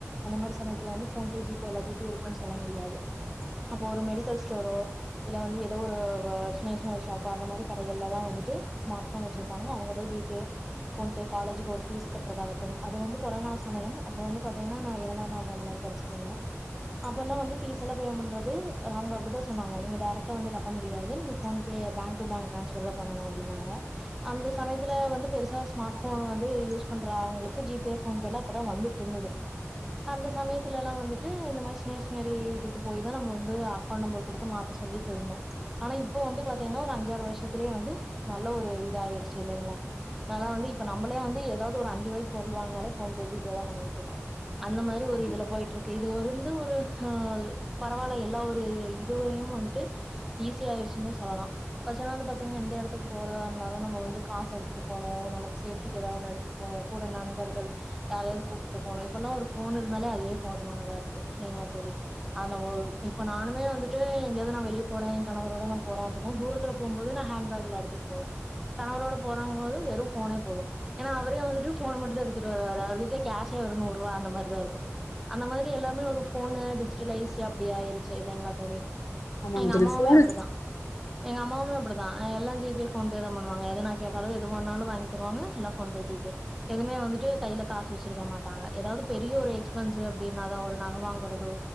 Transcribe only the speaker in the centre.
அந்த மாரி சமய அதுல வந்து ஜிபே எல்லாத்துகிட்யு இருக்கு சொல்ல முடியாது அப்போ ஒரு மெடிக்கல் ஸ்டோரோ இல்ல வந்து ஏதோ ஒரு ஸ்டேஷ்னரி ஷாப்போ அந்த மாரி கடைகள்ல தா வந்துட்டு ஸ்மார்ட் ஃபோன் வச்சிருப்பாங்க அவங்கதா ஜிபே போன்ப காலேஜக்கு ஒரு ஃபீஸ் கட்டுறதாகட்டும் அது வந்து கொரோனா சமயம் அப்ப வந்து பாத்தீங்கன்னா இரண்டாம் ஆண்டு அந்த மாரி படிச்சிட்டு இருந்தே அப்ப எல்லா வந்து ஃபீஸ்லா பேமெண்ட் பண்றது அப்டித்தா சொன்னாங்க டைரக்டர் வந்து கட்ட முடியாது ஃபோன்பே பேங்க் பேங்க் ட்ரான்ஸ்பர் தான் பண்ணனு அதனால இந்த சமயத்துல வந்து பெருசா ஸ்மார்ட் ஃபோன் வந்து யூஸ் பண்ற அவங்ளுக்கு ஜிபே ஃபோன்பேல அப்பதா வந்துட்ருந்தது அந்த சமயத் துலலா வந்துட்டு இந்த மார் ஸ்னேஷ்னரி இதுக்கு போய் தா நம்ம வந்து அக்கௌண்ட் நம்பர் குடுத்து மாத்த சொல்லீட்டு ருந்தோ ஆனா இப்போ வந்து பாத்தீங்ன்னா ஒரு அஞ்சாறு வர்ஷத்துலே வந்து நல்ல ஒரு இதாயிருச்சு சி இல்லைங்ளா நால்லா வந்து இ இப்ப நம்பளே வந்து எதாவ்து ஒரு அஞ்சு ருவாய்க் பொருள் வாங்னாலே ஃபோன் பே ஜிபே தா பண்ணிகிட்ருக்கோ அந்த மாரி ஒரு
இதுல ட்ருக்கு இது வந்து ஒரு ஹா பரவால்ல எல்லா ஒரு இதுவையு வந்துட்டு ஈஸி ஆயிருச்சுன்னே சொல்லலா ஃபஸ்டல்லா வந்து பாத்தீங்ன்னா எந்த எடத்துக்கு போறதா ர்ந்தாலு நம்ம வந்து காசு எடுத்துட்டு போனு நமக்கு சேஃப்டிக்கு ஏதா ஒன்னு எடுத்துட்டு போனு கூட நண்பர்கள் யாரையாவ்து கூப்புட்டு போனு இப்பெல்லா ஒரு ஃபோன் இருந்தாலே அதுவே போதுமானதா ருக்கு இல்லைங்ளா தோழி அது நம்ம இப்ப நானுமே வந்துட்டு எங்கயாவது நா வெளிய போறே கணவரோட நா போற அப்டின்னா தூரத்துல போம்போது நா ஹேண்பேக்ல எடுத்துட்டு போவ கணவரோட போறேங்போது வெறு ஃபோனே போது ஏன்னா அவரே வந்துட்டு ஃபோன் மட்டுந் தா எடு துரு வருவாரு அவர் கிட்ட கேஷே ஒரு நூறுருவா அந்த மாரிதா இருக்கு அந்த மாதுரி எல்லாமே ஒரு ஃபோன்னு டிச் சிலைஸ்ட் அப்டி ஆயிருச்சு இல்லைங்ளா தோழி
எங்க
அம்மாவுமே
அப்டிதா எங் அம் மாவுமே அப்பு டிதா எல்லா ஜிபே ஃபோன்பே தா பண்ணுவாங்க எதனா கேட்டாலு எதுவேனாலு வாங்கி தருவாங்க எல்லா போன்பே ஜிபே எதுமே வந்துட்டு கைல காசு வெச்சிருக்க மாட்டாங்க ஏதாவ்து பெரிய ஒரு எக்ஸ்பென்ஸ் ப்டின்னாதா ஒரு நக வாங்குறதோ